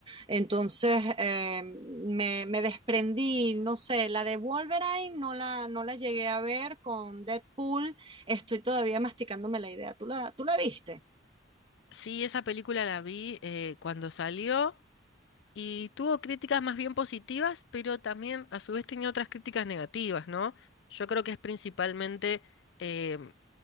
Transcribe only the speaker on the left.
Sí, esa película la vi eh, cuando salió. Y tuvo críticas más bien positivas, pero también a su vez tenía otras críticas negativas, ¿no? Yo creo que es principalmente em,